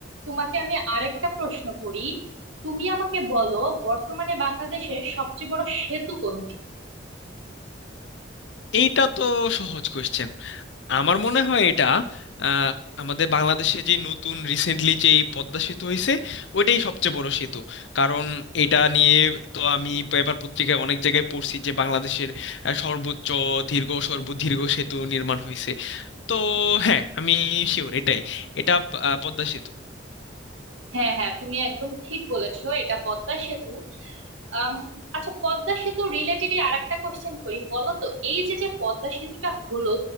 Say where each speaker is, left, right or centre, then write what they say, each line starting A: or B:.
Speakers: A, on the right; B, on the left.
A: তোমাকে আমি আরেকটা প্রশ্ন করি তুমি আমাকে বলো বর্তমানে বাংলাদেশের সবচেয়ে বড় সেতু কোনটি
B: এইটা তো সহজ কোশ্চেন আমার মনে হয় এটা আহ, আমাদের বাংলাদেশে যে নতুন রিসেন্টলি যে এই পদ্মা সেতু হয়েছে ওইটাই সবচেয়ে বড় সেতু কারণ এটা নিয়ে তো আমি পেপার পত্রিকায় অনেক জায়গায় পড়ছি যে বাংলাদেশের আহ, সর্বোচ্চ দীর্ঘ সর্বদীর্ঘ সেতু নির্মাণ হয়েছে তো হ্যাঁ আমি শিওর এটাই এটা আহ, পদ্মা সেতু
A: হ্যাঁ হ্যাঁ তুমি একদম ঠিক বলেছো এটা পদ্মা সেতু আম, আচ্ছা পদ্মা সেতু রিলেটেডই আরেকটা কোশ্চেন করি বলো তো এই যে যে পদ্মা সেতুটা হলো